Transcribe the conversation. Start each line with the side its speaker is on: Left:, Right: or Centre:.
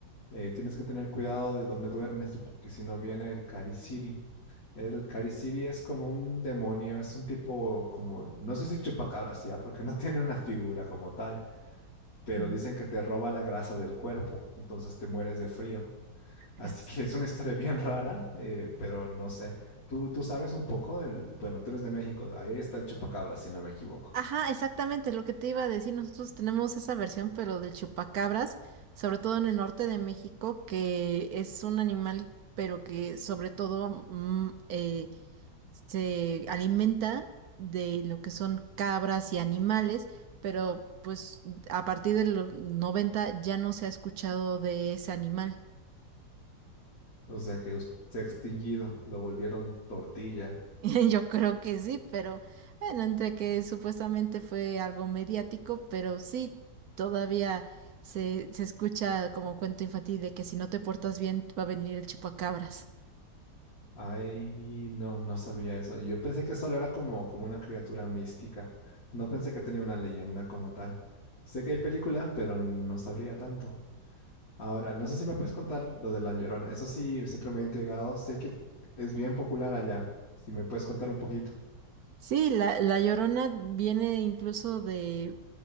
Left: eh, tienes que tener cuidado de dónde duermes, porque si no viene el Cariciri. El Cariciri es como un demonio, es un tipo como, no sé si chupacabras ya, porque no <laughs> tiene una figura como tal, pero
Right: Ujú,
Left: dicen que te roba la grasa del cuerpo, entonces te mueres de frío.
Right: gracias.
Left: Así que es una historia bien rara, eh, pero no sé. Tú, tú sabes un poco del, bueno, tú eres de México, ahí está el chupacabras, si no me equivoco.
Right: Ajá, exactamente lo que te iba a decir. Nosotros tenemos esa versión, pero del chupacabras, sobre todo en el norte de México, que es un animal, pero que sobre todo mm, eh, se alimenta de lo que son cabras y animales, pero pues a partir de los 90 ya no se ha escuchado de ese animal.
Left: O sea que us- se ha extinguido, lo volvieron tortilla.
Right: <laughs> Yo creo que sí, pero bueno, entre que supuestamente fue algo mediático, pero sí, todavía se, se escucha como cuento infantil de que si no te portas bien va a venir el chupacabras.
Left: Ay, no, no sabía eso. Yo pensé que solo era como, como una criatura mística. No pensé que tenía una leyenda como tal. Sé que hay película, pero no sabría tanto. Ahora, no sé si me puedes contar lo de La Llorona. Eso sí, siempre me ha intrigado. Sé que es bien popular allá. Si me puedes contar un poquito.
Right: Sí, la, la Llorona viene incluso de